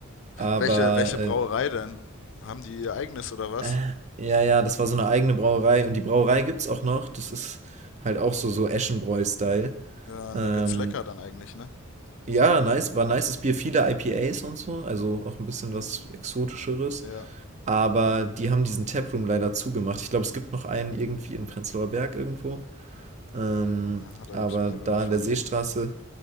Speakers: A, on the right; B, on the left.
A: Aber
B: Welche, welche
A: äh,
B: Brauerei denn? Haben die ihr eigenes oder was?
A: äh, ja, ja, das war so eine eigene Brauerei. Und die Brauerei gibt's auch noch. Das ist halt auch so, so Eschenbräu-Style.
B: Ja,
A: Ähm,
B: ganz lecker dann eigentlich, ne?
A: ja, nice, war nices Bier, viele IPAs und so, also auch ein bisschen
B: Mhm.
A: was Exotischeres.
B: Ja.
A: Aber die haben diesen Taproom leider zugemacht. Ich glaube, es gibt noch einen irgendwie in Prenzlauer Berg irgendwo. Ähm,
B: Ah, da
A: aber
B: gab es mehrere
A: da
B: von.
A: an der Seestraße